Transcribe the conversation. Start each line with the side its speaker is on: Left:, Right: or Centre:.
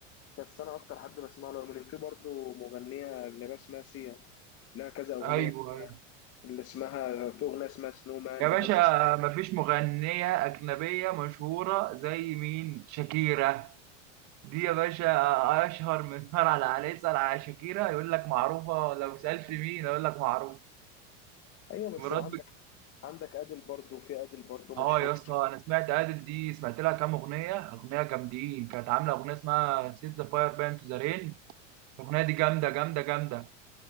Left: بس انا اكتر حد بسمع له امينيم في برضو مغنيه اجنبيه اسمها سيا لها كذا اغنيه
Right: ايوه ايوه
Left: اللي اسمها في اغنيه اسمها سنو مان
Right: يا باشا
Left: بحب أسمعها.
Right: مفيش مغنية أجنبية مشهورة زي مين شاكيرا دي يا باشا أشهر من <laughs> نار على عليه اسأل على شاكيرا يقول لك معروفة لو سألت مين أقول لك معروف
Left: ايوه بس
Right: مرات
Left: وعندك
Right: بك...
Left: عندك ادل برضو في ادل برضو مشهور
Right: آه يا اسطى أنا سمعت أدل دي سمعت لها كام أغنية أغنية جامدين كانت عاملة أغنية اسمها سيت ذا فاير بان تو ذا رين الأغنية دي جامدة جامدة جامدة